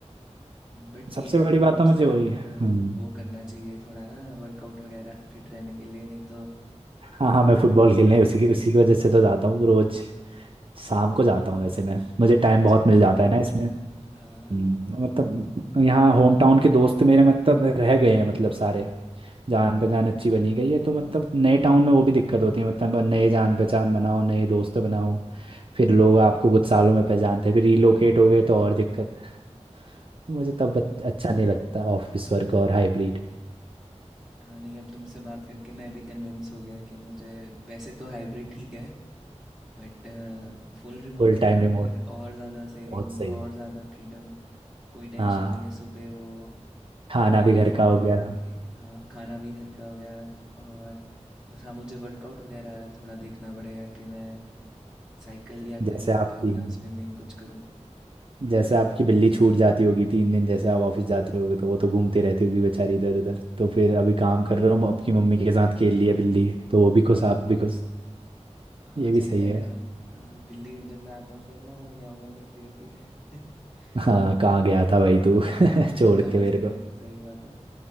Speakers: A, in the centre; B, on the right.
A: बट ये
B: सबसे
A: है
B: बड़ी
A: रिमोट
B: बात तो
A: से
B: मुझे
A: आपको
B: वही हम्म
A: वो करना चाहिए थोड़ा ना वर्कआउट वगैरह फिट रहने के लिए नहीं तो
B: हाँ हाँ मैं फुटबॉल खेलने उसी की उसी की वजह से तो जाता हूँ रोज शाम को जाता हूँ वैसे मैं मुझे टाइम
A: अच्छा
B: बहुत मिल
A: फिर
B: जाता
A: ठीक
B: है ना इसमें
A: है हाँ
B: हम्म, मतलब यहाँ होम टाउन के दोस्त मेरे मतलब रह गए हैं मतलब सारे जान पहचान अच्छी बनी गई है तो मतलब नए टाउन में वो भी दिक्कत होती है मतलब नए जान पहचान बनाओ नए दोस्त बनाओ फिर लोग आपको कुछ सालों में पहचानते हैं फिर रिलोकेट हो गए तो और दिक्कत है मुझे
A: सही
B: तब अच्छ-
A: भाई
B: अच्छा नहीं लगता ऑफिस वर्क और हाइब्रिड
A: हाँ नहीं अब तुमसे बात करके मैं भी कन्विंस हो गया कि मुझे वैसे तो हाइब्रिड ठीक है बट फुल रिमोट
B: फुल
A: हो
B: टाइम
A: ना
B: रिमोट
A: फिर और ज़्यादा सेविंग
B: बहुत सही
A: और
B: है
A: ज़्यादा फ्रीडम कोई टेंशन
B: हाँ
A: नहीं है सुबह वो
B: खाना
A: अपनी
B: भी
A: यूनिफॉर्म
B: घर का हो गया
A: पहन के हाँ खाना भी घर का हो गया और बस हाँ मुझे वर्कआउट वगैरह थोड़ा देखना पड़ेगा कि मैं साइकिल या
B: जैसे
A: कोई वॉकिंग
B: आपकी
A: या
B: हाँ
A: स्विमिंग कुछ करूँ
B: जैसे आपकी बिल्ली छूट जाती होगी तीन दिन जैसे आप ऑफिस जाते होगे तो वो तो घूमती रहती होगी बेचारी इधर उधर तो फिर अभी काम कर रहा हूँ आपकी मम्मी के साथ खेल लिया बिल्ली तो वो भी खुश आप भी खुश
A: हाँ
B: ये भी
A: सही
B: सही
A: कह
B: है
A: रहे हो आप हाँ बिल्ली जब मैं आता हूँ फिर ना म्याऊं म्याऊं करती रहती है <laughs>
B: हाँ कहाँ गया था भाई तू <laughs>
A: हाँ
B: छोड़
A: कहाँ
B: के मेरे
A: से
B: को
A: सही बात है